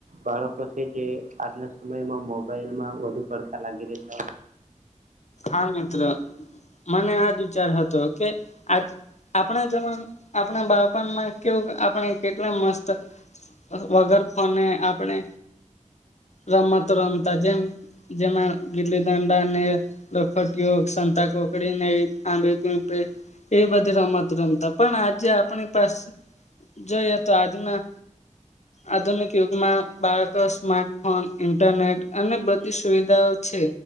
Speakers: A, on the right (about 75°); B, on the left (about 60°).
A: બાળકો છે જે આજના સમયમાં મોબાઈલમાં વધુ પડતા લાગી રહતા.
B: હા મિત્રો મને આજ વિચાર હતો કે આ આપણા જમા આપણા બાળપણમા કેવું આપણે કેટલા મસ્ત વગર તફોને આપણે રમતો રમતા જેમ જેના ગીલી દાંડાને લખટીયો સંતા ખકડીને આં પી એ બધા રમત રમતા પણ આજે આપણી પાસે જોઈએ તો આજના આધુનિક યુગમાં બાળકો સ્માર્ટફોન ઇન્ટરનેટ અને બધી સુવિધાઓ છે.